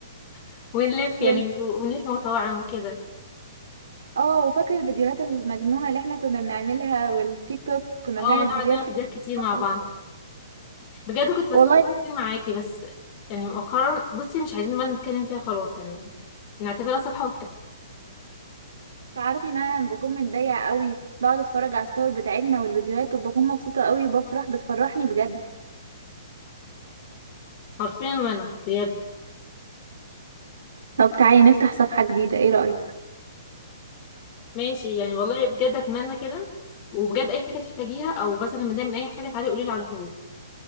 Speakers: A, on the left; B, on the right.
A: <laughs> ونلف
B: <laughs>
A: يعني
B: وال...
A: ونلف مطاعم وكده
B: اه وفاكره الفيديوهات المجنونه اللي احنا كنا بنعملها والتيك توك كنا
A: اه
B: بنعمل
A: نقعد
B: فيديوهات
A: نعمل
B: <laughs> تيك
A: فيديوهات كتير
B: توك
A: مع بعض
B: برضه.
A: بجد كنت بستمتع
B: والله
A: كتير معاكي بس يعني مؤخرا بصي مش عايزين بقى نتكلم فيها خلاص يعني نعتبرها صفحه واتقفلت
B: تعرفي ان انا بكون متضايقه قوي بقعد اتفرج على الصور بتاعتنا والفيديوهات وبكون مبسوطه قوي وبفرح بتفرحني بجد
A: حرفيا وانا بجد
B: طب تعالي نفتح صفحه جديده ايه رايك
A: ماشي يعني والله بجد اتمنى كده وبجد اي حاجه تحتاجيها او مثلا متضايقه من اي حاجه تعالي قولي لي على طول